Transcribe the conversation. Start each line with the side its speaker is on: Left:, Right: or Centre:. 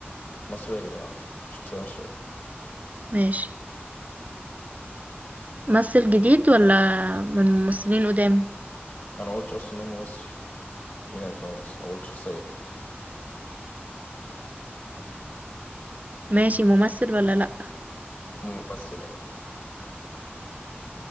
Left: مصرية آه، شخصية مصرية
Right: ماشي ممثل جديد ولا من ممثلين قدام
Left: انا قلت اصلا ان هو ممثل مين قال لك ان هو ممثل اقول لك شخصيه
Right: ماشي ممثل ولا لأ
Left: ممثله يعني